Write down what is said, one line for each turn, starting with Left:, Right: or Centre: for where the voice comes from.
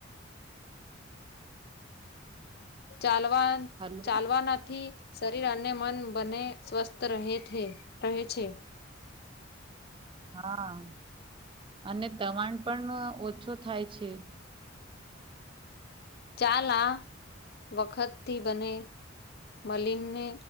Left: ચાલવા
Right: હાલો.
Left: ચાલવાથી શરીર અને મન બને સ્વસ્થ રહે છે રહે છે.
Right: <inaudible> હા અને તણાવ પણ ઓછો થાય છે.
Left: ચાલઆ વખતથી બને મલિને